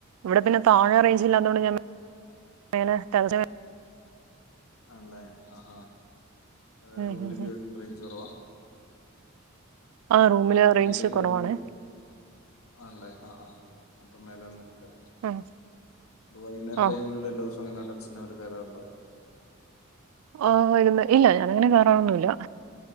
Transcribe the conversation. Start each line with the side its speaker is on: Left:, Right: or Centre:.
Right: ഇവടെ പിന്നെ താഴെ റേയ്ഞ്ച്ല്ലാതോണ്ട്
Left: ആ
Right: ഞാൻ മേലെ ടെറ
Left: ആണ്ലേ ആഹ്, ആഹ്
Right: ഉം
Left: റൂമിലേക്ക്
Right: ഉം ഉം
Left: കേറുമ്പോ റേയ്ഞ്ച് കൊറവ?
Right: ആഹ് റൂമില്
Left: റൂമിലേക്ക്
Right: റേഞ്ച് കുറവാണേ
Left: പോയ്ട്ട്ന്ന് ആണ്ലേ ആഹ്, ആഹ് അപ്പൊ മേലെ വന്നിട്ടല്ലേ
Right: ഉം
Left: വൈകുന്നേര
Right: ആ
Left: ടൈമില് എല്ലോദിവസോം അങ്ങനെ ടെറെസിന്റെ മേലെ കയറാറുണ്ടോ?
Right: ആഹ് വെരുന്ന് ഇല്ല ഞാനങ്ങനെ കേറാറൊന്നുല്ല